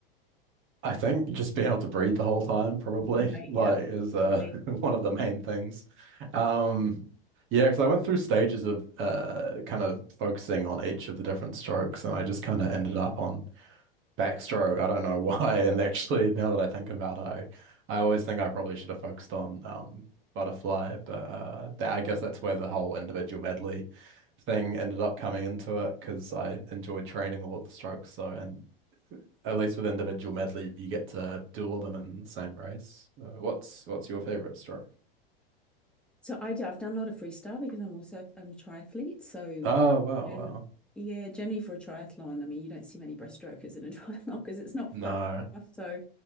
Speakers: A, on the right; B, in the centre.
A: I think just being able to breathe the whole time probably
B: All right,
A: <laughs> like
B: yeah,
A: is uh
B: totally.
A: <laughs> one of the main things. Um yeah, because I went through stages of uh kind of focusing on each of the different strokes and I just kind of ended up on backstroke. I don't know <laughs> why. And actually now that I think about it, I, I always think I probably should have focused on um butterfly, but uh that, I guess that's where the whole individual medley thing ended up coming into it because I enjoyed training all of the strokes. So, and at least with individual medley, you get to do all of them in the same race. Uh, what's what's your favorite stroke?
B: So I do, I've done a lot of freestyle because I'm also I'm a triathlete. So
A: Oh, wow,
B: gen,
A: wow.
B: yeah, generally for a triathlon, I mean you don't see many breaststrokers in a <laughs> triathlon because it's not
A: No.
B: fast enough. So